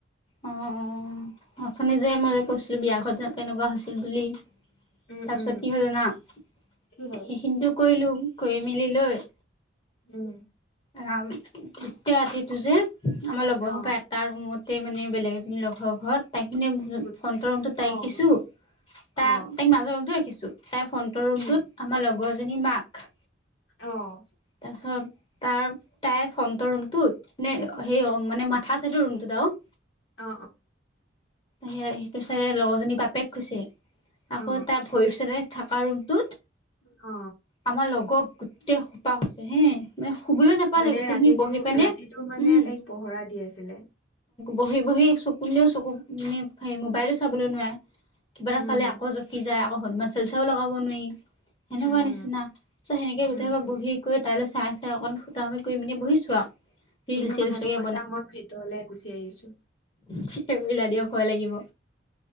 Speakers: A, on the left; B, on the left.
A: অ অ অথনি যে মই যে কৈছিলো বিয়া ঘৰত যে তেনেকুৱা হৈছিল বুলি
B: উম
A: তাৰপিছত
B: উম
A: কি হ'ল জানা সেইখিনিতো
B: কি হ'ল
A: কৰিলো কৰি মেলি লৈ
B: উম
A: আম গোটেই ৰাতিটো যে আমাৰ লগৰ
B: অ
A: সপাই তাৰ ৰুমতে মানে বেলেগ এজনী লগৰ ঘৰত <unintelligible>
B: গুড
A: ফ্ৰণ্টৰ ৰুমটো তাইক
B: উম
A: দিছো
B: অ
A: তাৰ তাইক মাজৰ ৰুমটো ৰাখিছো তাই ফ্ৰন্টৰ ৰুমটোত
B: উম
A: আমাৰ লগৰ এজনী মাক
B: অহ
A: তাৰপিছত তাৰ তাই ফ্ৰন্টৰ ৰুমটোত নে সেই অ মানে মাথা চাইটৰ ৰুমটোত আৰু
B: অ
A: সেই সেইটো চাইতে লগৰজনী বাপেক শুইছে
B: অ
A: আকৌ তাত ভৰিৰ চাইতে থকা ৰুমটোত
B: অ
A: আমাৰ লগ গোটেই সোপা শুইছে হে মানে শুবলৈ নাপালে
B: মানে
A: গোটেইখিনি
B: ৰাতিটো
A: বহি পানে
B: ৰাতিটো মানে
A: উম
B: তাইক পহৰা দি আছিলে।
A: বহি বহি চক কোনেও চকু নে হেয়ি মবাইলো চাবলে নোৱাৰে কিবা এটা
B: উম,
A: চালে আ- আকৌ জকি যায় আকৌ হনুমান চালিশাও লগাব নোৱাৰি সেনেকুৱা
B: উম,
A: নিচি- নিচিনা চ সেনেকে
B: উম,
A: গোটেইবা
B: উম,
A: বহি কৰি তাইলৈ চাই চাই অকণ ফুটা মিলি কৰি বহিছো আৰু- ৰিল
B: তুমিও
A: চিল
B: কথাটো
A: চাগে
B: কৈছা মই ভিতৰলে গুচি আহিছো।
A: ঠিকে কৰিলা দিওক ভয় লাগিব।